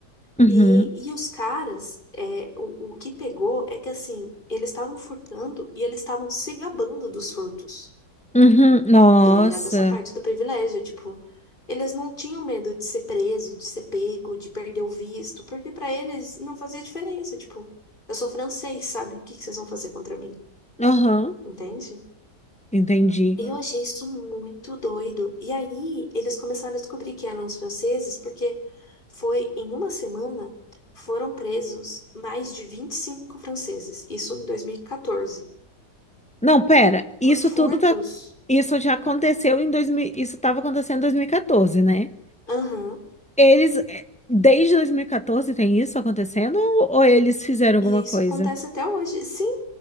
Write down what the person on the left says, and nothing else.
E, e os caras, é, o, o que pegou é que assim, eles estavam furtando e eles estavam se gabando dos furtos.
E aí entra essa parte do privilégio, tipo, eles não tinham medo de ser preso, de ser pego, de perder o visto, porque pra eles não fazia diferença, tipo, eu sou francês, sabe? O que que vocês vão fazer contra mim?
Entende?
E eu achei isso muito doido. E aí eles começaram a descobrir que eram os franceses, porque foi em uma semana foram presos mais de 25 franceses, isso em 2014,
por furtos.
Aham.
E
isso acontece até hoje. Sim,